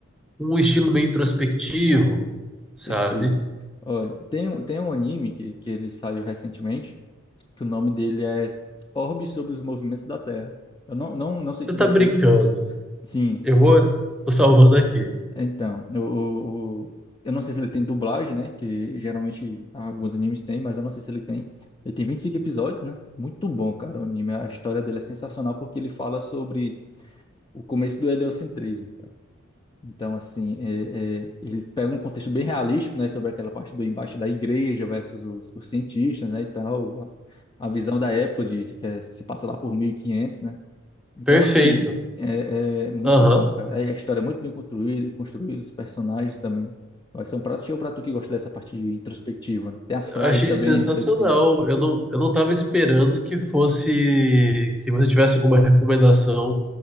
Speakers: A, in the centre; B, on the left.
A: com um estilo meio introspectivo, sabe?
B: Perfeito. Olha, tem, um- tem um anime que, que ele saiu recentemente, que o nome dele é Orbe sobre os Movimentos da Terra. Eu não, não, não sei
A: Você
B: te
A: tá
B: dizer
A: brincando.
B: se ele. Sim,
A: Eu vou, tô salvando
B: é,
A: aqui.
B: então. O, o- o- eu não sei se ele tem dublagem, né? Que geralmente alguns animes têm, mas eu não sei se ele tem. Ele tem 25 episódios, né? Muito bom, cara, o anime. A história dele é sensacional porque ele fala sobre o começo do heliocentrismo. Então, assim, é- é, ele pega um contexto bem realístico, né, sobre aquela parte do embate da igreja versus os, os cientistas, né, e tal, a, a visão da época de, de que é- se passa lá por mil e quinhentos né. Então,
A: Perfeito.
B: assim, é, é muito
A: Aham.
B: bom, cara. É, a história é muito bem construída, construída, os personagens também. Vai ser um prato cheio pra tu que gosta dessa parte de introspectiva, né. Tem as
A: Eu
B: frases
A: Achei
B: também
A: sensacional.
B: reflexivas.
A: Eu não, eu não tava esperando que fosse, que você tivesse alguma recomendação